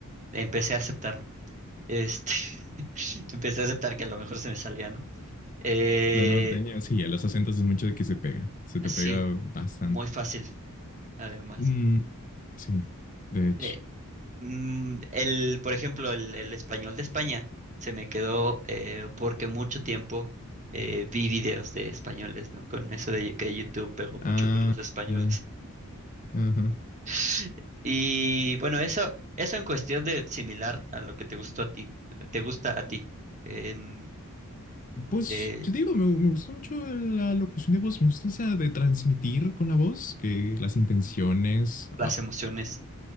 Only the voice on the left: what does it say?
Lo norteño, sí, a los acentos es mucho de que se pega. Se te
pega bastante.
Mm, sí, de hecho.
Ah,
ya. Ajá.
Pues,
te digo, me, me gustó mucho la locución de voz. Me gusta esa de transmitir con la voz, que las intenciones,